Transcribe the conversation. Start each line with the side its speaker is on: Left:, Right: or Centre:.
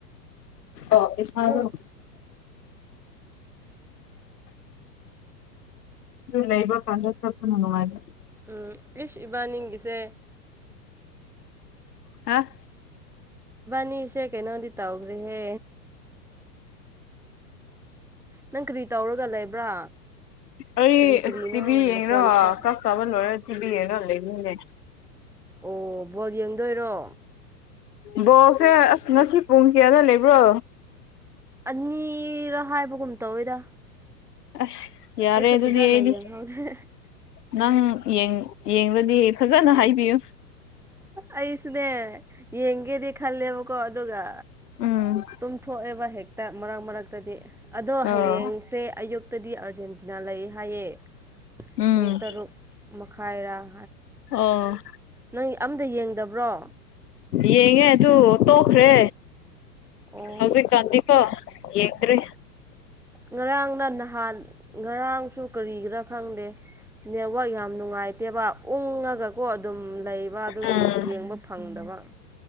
Left: ꯑꯣ ꯊꯗꯣ
Centre: ꯌꯨꯝ
Left: ꯂꯩꯕ ꯄꯥꯟꯗ ꯆꯄꯅꯅꯨꯡꯉꯥꯏꯦ
Centre: ꯎꯝ ꯀ꯭ꯔꯤꯁ ꯏꯕꯥꯅꯤꯡꯒꯤꯁꯦ
Left: ꯍꯥꯥ
Centre: ꯅꯤꯁꯦ ꯀꯩꯅꯣꯗꯤ ꯇ ꯑꯣꯕ꯭ꯔꯦ ꯍꯦ ꯅꯪ ꯀꯔꯤ ꯇꯧꯔꯒ ꯂꯩꯕ꯭ꯔꯥ
Left: ꯑꯩ
Centre: ꯀꯔꯤ ꯀꯔꯤꯅꯣ
Left: ꯑꯁ ꯇꯤꯚꯤ ꯌꯦꯡꯉꯔꯣ
Centre: ꯃꯈꯣꯟ ꯈꯔ
Left: ꯀ꯭ꯂꯥꯁ ꯆꯥꯕ ꯂꯣꯏꯔ ꯇꯤꯚꯤ ꯌꯦꯡꯉꯔꯣ ꯂꯩꯅꯤꯡꯅꯦ
Centre: ꯑꯣ ꯕꯣꯜ ꯌꯦꯡꯗꯣꯏꯔꯣ
Left: ꯕꯣꯜꯁꯦ ꯑꯁ ꯉꯁꯤ ꯄꯨꯡ ꯀꯌꯥꯗ ꯂꯩꯕ꯭ꯔꯣ
Centre: ꯑꯅꯤꯔꯥ ꯍꯥꯏꯕꯒꯨꯝ ꯇꯧꯋꯤꯗ
Left: ꯑꯁ ꯌꯥꯔꯦ
Centre: ꯑꯩꯁꯨ
Left: ꯑꯗꯨꯗꯤ
Centre: ꯐꯖꯅ
Left: ꯑꯩꯗꯤ
Centre: ꯌꯦꯡꯍꯧꯗꯦ
Left: ꯅꯪ ꯌꯦꯡꯔꯗꯤ ꯐꯖꯅ ꯍꯥꯏꯕꯤꯌꯨ
Centre: ꯑꯩꯁꯨꯅꯦ ꯌꯦꯡꯒꯦꯗꯤ ꯈꯜꯂꯦꯕꯀꯣ ꯑꯗꯨꯒ
Left: ꯎꯝ
Centre: ꯇꯨꯝꯊꯣꯛꯑꯦꯕ ꯍꯦꯛꯇ ꯃꯔꯛ ꯃꯔꯛꯇꯗꯤ ꯑꯗꯣ
Left: ꯑꯣ
Centre: ꯍꯌꯦꯡꯁꯦ ꯑꯌꯨꯛ ꯇꯗꯤ ꯑꯥꯔꯖꯦꯟꯇꯤꯅꯥ ꯂꯩ ꯍꯥꯏꯌꯦꯦ
Left: ꯎꯝ
Centre: ꯄꯨꯡ ꯇꯔꯨꯛ ꯃꯈꯥꯏꯔꯥ <unintelligible>
Left: ꯑꯣ
Centre: ꯅꯪ ꯑꯝꯇ ꯌꯦꯡꯗꯕ꯭ꯔꯣ
Left: ꯌꯦꯡꯉꯦ ꯑꯗꯨ ꯇꯣꯛꯈ꯭ꯔꯦ
Centre: ꯑꯣ
Left: ꯍꯧꯖꯤꯛꯀꯥꯟꯗꯤ ꯀꯣ ꯌꯦꯡꯗ꯭ꯔꯦ
Centre: ꯉꯔꯥꯡꯅ ꯅꯍꯥꯟ ꯉꯔꯥꯡꯁꯨ ꯀꯔꯤꯒꯤꯔꯥ ꯈꯪꯗꯦ ꯅꯦꯠꯋꯛ ꯌꯥꯝ ꯅꯨꯡꯉꯥꯏꯇꯦꯕ ꯎꯡꯉꯒ ꯀꯣ ꯑꯗꯨꯝ ꯂꯩꯕ ꯑꯗꯨꯒꯤ
Left: ꯎꯝ
Centre: ꯌꯦꯡꯕ ꯐꯪꯗꯕ